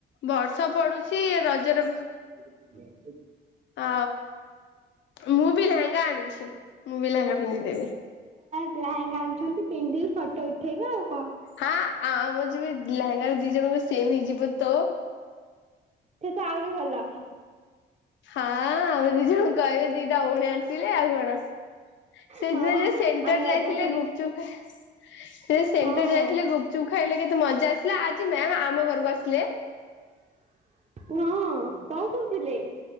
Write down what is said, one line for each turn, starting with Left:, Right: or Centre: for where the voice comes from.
Left: ବର୍ଷା ପଡୁଛି ରଜରେ
Right: ହ
Left: ଆ ମୁଁ ବି ଲେହେଙ୍ଗା ଆଣିଛି ମୁଁ ବି ଲେହେଙ୍ଗା ପିନ୍ଧିଦେବି।
Right: ଲାହିଙ୍ଗ ଆଣିୁଛନ୍ତି ପିନ୍ଧିକି ଫଟୋ ଉଠେଇବା ଆଉ କଣ।
Left: ହଁ ଆ ଆମର ଯବେ ଲେହେଙ୍ଗା ଦି ଜଣଙ୍କୁ ସେମ ହେଇଯିବ ତ।
Right: ସେ ତ ଆହୁରି ଭଲ।
Left: ହଁ, ଆମେ ଦି ଯଉ କହିବେ ଦିଟା ପୁଣି ଆସି, ଥିଲେ ଆଉ କଣ, ସେ
Right: ହଁ
Left: <unintelligible> ସେଣ୍ଟର
Right: ଆମେ ରଜ
Left: ଯାଇଥିଲେ
Right: ଦୋଳି
Left: ଗୁପଚୁପ ଖାଇ, ସେ ଯୋ ସେଣ୍ଟର
Right: ହଁ ହଁ
Left: ଯାଇଥିଲେ ଗୁପଚୁପ୍ ଖାଇଲେ କେତେ ମଜା ଆସିଲା, ଆଜି ମେମ ଆମ ଘରକୁ ଆସିଥିଲେ ।
Right: ହଁ । କଣ କହୁଥିଲେ?